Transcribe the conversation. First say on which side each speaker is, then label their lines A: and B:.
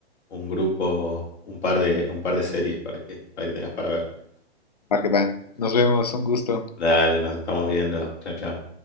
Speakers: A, on the left (about 75°); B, on the left (about 40°).
A: un grupo, un par de, un par de series para que, para que tengas para ver.
B: Va que va. Nos vemos, un gusto.
A: Dale, nos estamos viendo. Chao, chao.